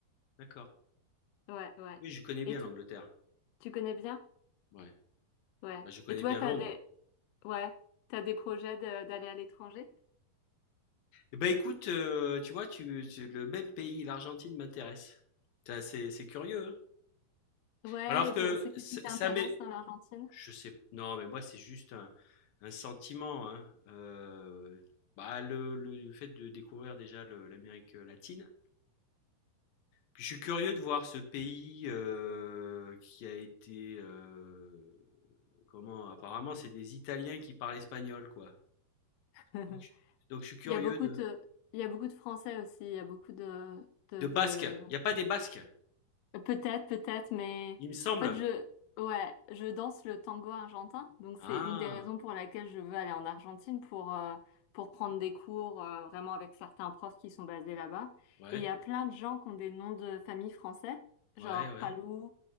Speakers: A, on the left; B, on the left.
A: d'accord.
B: ouais ouais
A: Oui, je connais bien
B: et tu,
A: l'Angleterre.
B: tu connais bien
A: Ouais,
B: ouais
A: Bah, je connais
B: et toi
A: bien
B: t'as
A: Londres.
B: des ouais t'as des projets de- d'aller à l'étranger
A: Eh ben écoute, euh, tu vois, tu, tu- le même pays, l'Argentine m'intéresse. Ça, C'est c'est curieux, hein?
B: ouais
A: Alors
B: et
A: que
B: pour, c'est qu'est-ce
A: ça
B: qui t'intéresse
A: ça m'est
B: dans l'Argentine
A: je sais non, mais moi c'est juste un, un sentiment, hein. Euh, bah, le, le- le fait de découvrir déjà le- l'Amérique latine. Puis je suis curieux de voir ce pays euh, qui a été euh, comment apparemment c'est des Italiens qui parlent espagnol quoi.
B: <laughs>
A: Donc je, donc, je suis curieux
B: Il y a beaucoup
A: de
B: de, il y a beaucoup de Français aussi. Il y a beaucoup de, de,
A: de Basques.
B: de,
A: Il n'y a pas des Basques,
B: Peut-être, peut-être, mais
A: il me semble.
B: en fait, je, ouais, je danse le tango argentin, donc c'est
A: Ah
B: une des raisons pour laquelle je veux aller en Argentine pour euh, pour prendre des cours euh, vraiment avec certains profs qui sont basés là-bas.
A: ouais
B: Et il y a plein de gens qui ont des noms de famille français,
A: ouais
B: genre
A: ouais
B: Palou,